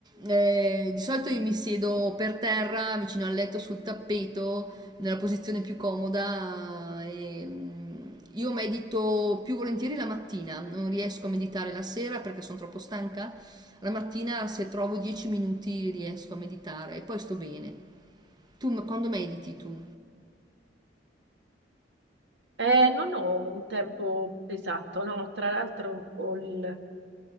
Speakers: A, on the right (about 25°); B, on the right (about 80°).
A: eh, di solito io mi siedo per terra, vicino al letto, sul tappeto nella posizione più comoda. E, mm, io medito più volentieri la mattina, non riesco a meditare la sera perché sono troppo stanca. La mattina, se trovo 10 minuti, riesco a meditare e poi sto bene. Tu m- quando mediti tu?
B: Eh, non ho un tempo esatto, no? Tra l'altro col-